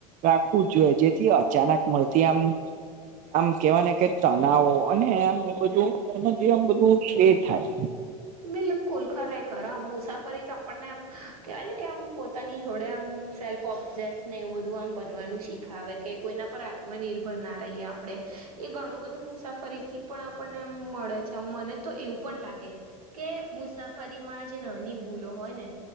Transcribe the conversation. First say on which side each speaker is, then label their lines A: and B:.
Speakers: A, on the right; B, on the right.
A: રાખવું જોઈએ. જેથી અચાનક મળતી આમ, આમ, કેવાય ને કે તનાવો અને આમ એ બધું આમ બધું ખે થાય.
B: બિલકુલ ખરેખર આમ, મુસાફરી તો આપણને એમ કહેવાય ને કે આમ પોતાની જોડે આમ, સેલ્ફ ઓબ્ઝેસને એવું બધું આમ બનવાનું શીખાવે. કે કોઈના પર આ નિર્ભર ના રહીએ. આપણે એ ઘણું બધું મુસાફરીથી પણ આપણને એમ મળે છે. મને, તો એવું પણ લાગે, કે મુસાફરીમાં જે નાની ભૂલો હોય ને,